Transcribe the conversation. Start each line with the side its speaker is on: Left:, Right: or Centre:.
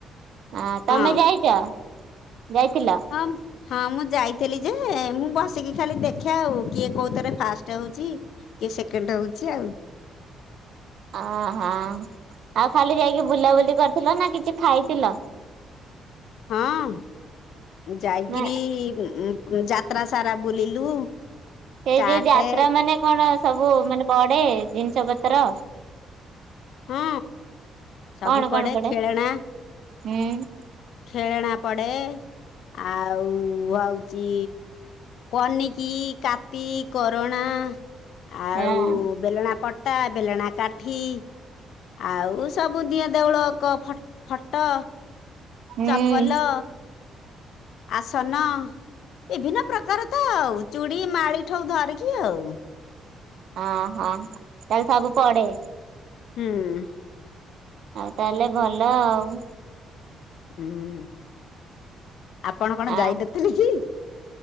Right: ଆଁ ତମେ
Left: ହଁ
Right: ଯାଇଛ ଯାଇଥିଲ?
Left: <unintelligible> ହଁ ମୁଁ ଯାଇଥିଲି ଯେ ମୁଁ ବସିକି ଖାଲି ଦେଖେ ଆଉ କିଏ କୋଉଥିରେ ଫାଷ୍ଟ୍ ହଉଛି। କିଏ ସେକେଣ୍ଡ୍ ହଉଛି ଆଉ।
Right: ଓ ହୋ ଆଉ ଖାଲି ଯାଇକି ବୁଲାବୁଲି କରିଥିଲ ନା କିଛି ଖାଇଥିଲ?
Left: ହଁ ଯାଇକିରି
Right: ନା
Left: ଯା ଯାତ୍ରା ସାରା ବୁଲିଲୁ।
Right: ସେଇ
Left: ଚାଟେ
Right: ଯୋଉ ଯାତ୍ରା ମାନେ କଣ ସବୁ ମାନେ ପଡ଼େ ଜିନିଷ ପତ୍ର।
Left: ହଁ ସବୁ
Right: କଣ
Left: ପଡ଼େ
Right: କଣ ପଡେ
Left: ଖେଳେଣା।
Right: ହୁଁ
Left: ଖେଳେଣା ପଡ଼େ ଆଉ ହଉଚି ପନିକି, କାତି, କରୋଣା। ଆଉ
Right: ହଁ
Left: ବେଲଣା ପଟା, ବେଲଣା କାଠି। ଆଉ ସବୁ ଦିଅଁ ଦେଉଳ ଙ୍କ ଫଟୋ,
Right: ହୁଁ
Left: ଚପଲ। ଆସନ ବିଭିନ୍ନ ପ୍ରକାର ତ ଆଉ ଚୁଡ଼ି, ମାଳି ଠୁ ଧରିକି ଆଉ।
Right: ଓ ହୋ ତାହେଲେ ସବୁ ପଡ଼େ।
Left: ହୁଁ।
Right: ଆଉ ତାହେଲେ ଭଲ ଆଉ।
Left: ହୁଁ ଆପଣ କଣ
Right: ଆ
Left: ଯାଇନଥିଲେ କି?